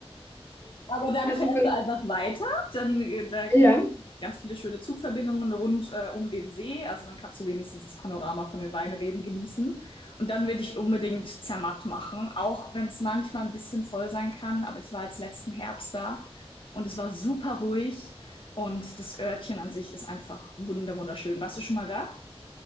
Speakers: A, on the left; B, on the left.
A: Aber dann
B: Also
A: fährst
B: vielleicht,
A: du einfach weiter. Dann, äh, da gibt
B: ja.
A: es ganz viele schöne Zugverbindungen rund äh, um den See. Also dann kannst du wenigstens das Panorama von den Weinreben genießen. Und dann würde ich unbedingt Zermatt machen, auch wenn es manchmal ein bisschen voll sein kann. Aber ich war jetzt letzten Herbst da und es war super ruhig. Und das Örtchen an sich ist einfach wunder wunderschön. Warst du schon mal da?